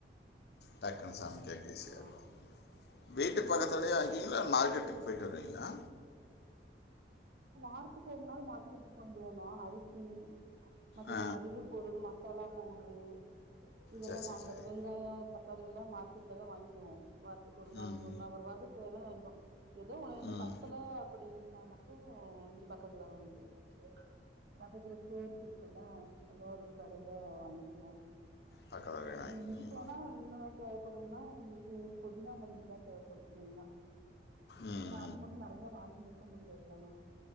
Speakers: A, on the left; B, on the right.
A: டக்குனு சாங் கேக்க ஈசியா
B: ஆ
A: இருக்கும் வீட்டு பக்கத்துலயே அங்கே இல்ல மார்க்கெட்டுக்கு போயிட்டு வருவீங்களா
B: வாரத்துக்கு ஒரு நாள் மார்க்கெட்டுக்கு வந்துருவேனா அரிசி மத்த
A: ஆ
B: அந்த மல்லிகை பொருள் மா சோலா பவுடுரு இங்கெல்லா
A: சரி சரி
B: வாங்குறது
A: சரி
B: வெங்காயோ தக்காளி ல்லா மார்க்கெட்ல தா வாங்கிக்குவோ வாரத்துக்கு ஒரு நாள்
A: ம்
B: ஒரு நாள் ஒரு வாரத்துக்கு தேவையானதை வாங்கிப்போ ஏதோ ஒன்னு ரெண்டு
A: ம்
B: பத்தல அப்படீன்னா மட் அப்போ இங்க பக்கத்துல வாங்கியாச்சு பக்கத்துல ஸ்டோர்ஸ் இருக்குல்ல அங்க ஒரு கடைல வாங்கிக்கனோ
A: பக்கத்துலேயே
B: ஏனா
A: வாங்கிக்கிங்க
B: மிஞ்சிப்போனா <unintelligible> தேவப்படுன்னா உங்குளுக்கு புதினா மல்லி தா தேவப்படோ மெய்னா
A: ம்
B: ஏன்னா அது மட்டோ நறையா வாங்கி வெ வெக்க முடியாது ஏன்னா